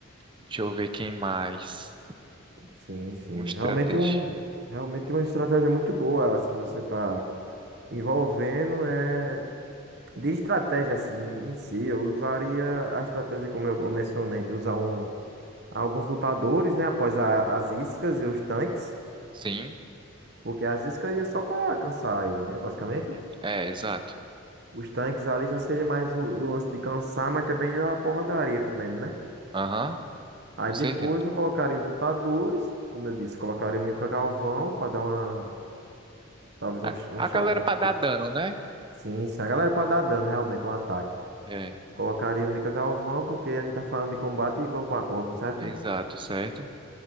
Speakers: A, on the right; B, on the right.
A: deixa eu ver quem mais.
B: Sim, sim.
A: Um estratégia.
B: Realmente um, realmente uma estratégia muito boa, as que você está envolvendo é de estratégia assim em si, eu usaria a estratégia como eu mencionei de usar um alguns lutadores, né, após a- as iscas e os tanques,
A: Sim.
B: porque as iscas ia só para cansar ele, né, basicamente.
A: uhum. É, exato.
B: Os tanques ali já seria mais o, o lance de cansar, mas também a porradaria comendo, né?
A: Aham,
B: Aí
A: com
B: depois
A: certeza.
B: eu colocaria os lutadores, como eu disse, colocaria o Mika Galvão para dar uma talvez
A: A,
B: uma, ch- uma
A: a
B: chave
A: galera
B: de,
A: para dar
B: de
A: dano, né?
B: Sim, sim. A galera pode dar dano, realmente, um ataque.
A: É,
B: Colocaria o Mika Galvão, porque a gente tá falando de combate corpo a corpo, certo?
A: exato, certo.